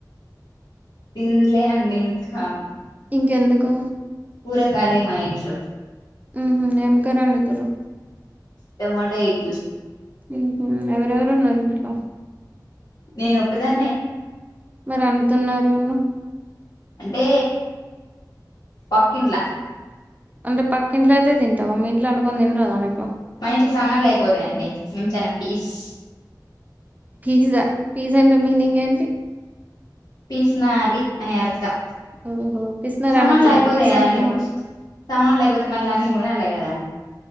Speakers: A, on the left; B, on the right.
A: తిన్లే అండి ఇంకా
B: ఇంకెందుకు
A: కూరకాలే మా ఇంట్లో
B: ఉహు <unintelligible> ఏం ఇద్దరు
A: టమాటో ఎగ్
B: హుహు ఎవరెవరూ ఉన్నారు ఇంట్లో
A: నేను ఒక్కదాన్నే
B: మరి అండుతున్నారు అన్నావ్
A: అంటే పక్కింట్ల
B: అంటే పక్కింట్లో అయితే తింటావు మీ ఇంట్లో వండుకొని తినరాధ మీ ఇంట్లో
A: మా ఇంట్లో సమాన్లు అయిపోతాయండి మేము చానా పీస్
B: ఫీజా పిజ్జా అంటే మీనింగ్ ఏంటి
A: పీసినారి అని అర్థం
B: ఓహో! పిసినారనొచ్చుగా.
A: సమాన్లు అయిపోతాయిడి
B: పీసంటావు
A: ఇప్పుడు
B: కదా!
A: సమాన్లు అయిపోతే మళ్ళీ అన్ని కొనాలి కదా